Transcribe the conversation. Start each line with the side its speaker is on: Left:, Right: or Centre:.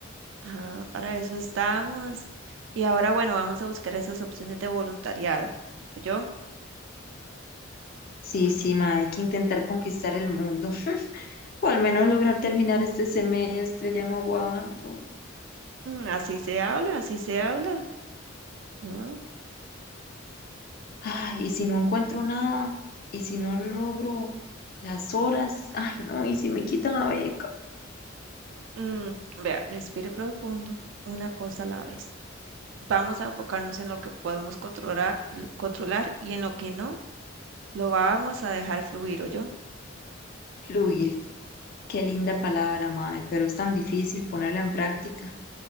Right: Ah, para eso estamos. Y ahora, bueno, vamos a buscar esas opciones de voluntariado. ¿Yo?
Left: Sí, sí, ma, hay que intentar conquistar el mundo. <laughs> O al menos lograr terminar este semestre, ya no aguanto.
Right: así se habla, así se habla. Ah,
Left: Ay, y si no encuentro nada, y si no logro las horas, ay, no, y si me quitan la beca.
Right: mm, vea, respire profundo, una cosa a la vez. Vamos a enfocarnos en lo que podemos controlar, controlar y en lo que no, lo vamos a dejar fluir, o yo
Left: Fluir, qué linda palabra, mae, pero es tan difícil ponerla en práctica.